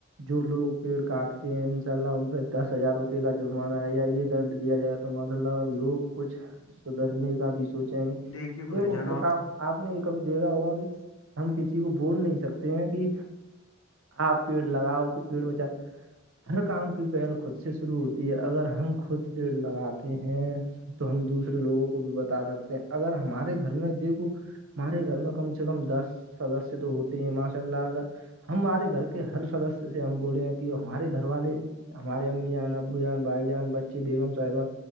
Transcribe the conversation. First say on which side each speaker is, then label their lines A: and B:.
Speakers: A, on the right; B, on the left.
A: جو لوگ پیڑ کاٹتے ہیں ان شاء اللہ ان پہ دس ہزار روپئے کا جرمانہ ہے یا یہ دنڈ دیا جائے تو ماشاء اللہ لوگ کچھ سدھرنے کا بھی سوچیں گے
B: دیکھیے بھائی
A: دیکو
B: جان
A: ہر کام آپ نے یہ کبھی دیکھا ہوگا کہ ہم کسی کو بول نہیں سکتے ہیں کہ آپ پیڑ لگاؤ کہ پیڑ بچؤ ہر کام کی پہل خود سے شروع ہوتی ہے اگر ہم خود پیڑ لگاتے ہیں تو ہم دوسرے لوگوں کو بھی بتا سکتے ہیں اگر ہمارے گھر میں دیکھو ہمارے گھر میں کم سے کم دس سدسیہ تو ہوتے ہیں ماشاء اللہ اگر ہمارے گھر کے ہر سدس سے ہم بولے ہیں کہ ہمارے گھر والے ہمارے امی جان ابو جان بھائی جان بچے بیگم صاحبہ